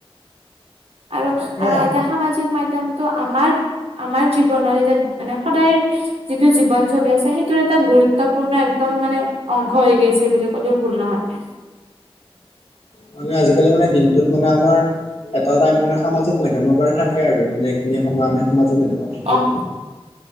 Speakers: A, on the right; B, on the left.
A: আৰু
B: তাকে
A: আৰু এতিয়া খান সামাজিক মাধ্যমটো আমাৰ আমাৰ জীৱনত এতিয়া মানে সদায়। যিটো জীৱন চলি আছে সেইটো এটা গুৰুত্বপূৰ্ণ একদম মানে অংশ হৈ গৈছে বুলি ক'লেও ভুল নহয়।
B: মানে আজিকালি মানে দিনটোত মানে আমাৰ এটা টাইম মানে সামাজিক মাধ্যমৰ কাৰণে থাকে। থাকে আৰু মানে এইখিন সময় আমি সামাজিক মাধ্যমত থাকিম।
A: অহ